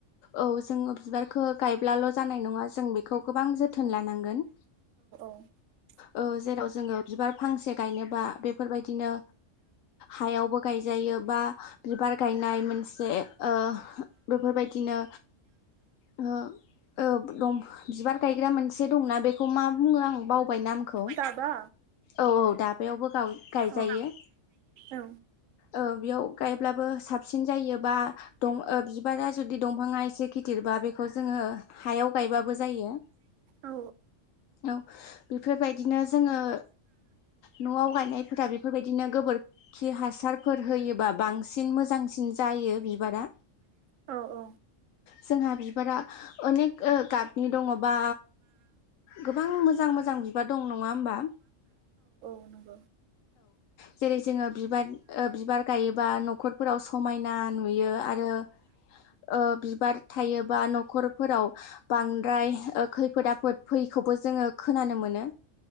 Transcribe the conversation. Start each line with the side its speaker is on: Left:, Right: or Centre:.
Left: औ जोङो बिबारखो गायब्लाल' जानाय नङा जों बेखौ गोबां जोथोन लानांगोन।
Right: <unintelligible>
Left: औ जेराव जोङो बिबार फांसे गाय। एबा बेफोरबायदिनो हायावबो गायजायो बा बिबार गायनाय मोनसे। जे ओ बेफोरबायदिनो। ओ। ओब दं बिबार गायग्रा मोनसे दंना बेखौ मा बुङो आं बावबाय नामखौ।
Right: टाबा
Left: औ-औ दाबायावबो गाव गायजायो।
Right: औ औ
Left: ओ बेयाव गायब्लाबो साबसिन जायो बा दं ओ बिबारा जुदि दंफाङा एसे गिदिरबा। दा बेखौ जोङो हायाव गायबाबो जायो।
Right: औ
Left: औ बेफोरबायदिनो जोङो। न'आव गायनायफोरा बेफोरबायदिनो गोबोरखि हासारफोर होयो। बा बांसिन मोजांसिन जायो बिबारा।
Right: औ औ
Left: जोंहा बिबारा अनेक गाबनि दङ'बा। गोबां मोजां-मोजां बिबार दं नङा होमबा?
Right: ओ नंगौ।
Left: जेरै-जोङो बिबार ओ बिबार गायोबा न'खरफोराव समायना नुयो आरो। ओ बिबार थायोबा न'खरफोराव बांद्राय खैफोद-आफोद फैख। खौबो जोङो खोनानो मोनो।